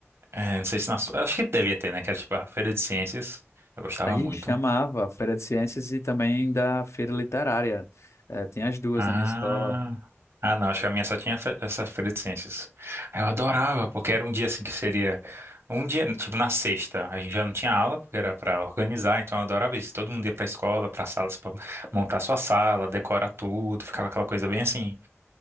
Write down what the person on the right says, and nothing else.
é, não sei se na sua, eu acho que devia ter, né, que era tipo a feira de ciências, eu gostava
muito.
Ah,
ah não, acho que a minha só tinha fe- essa feira de ciências. Eu adorava, porque era um dia assim que seria, um dia, tipo na sexta, a gente já não tinha aula, porque era para organizar, então eu adorava isso, todo mundo ia pra escola, pra salas, para montar sua sala, decorar tudo, ficava aquela coisa bem assim,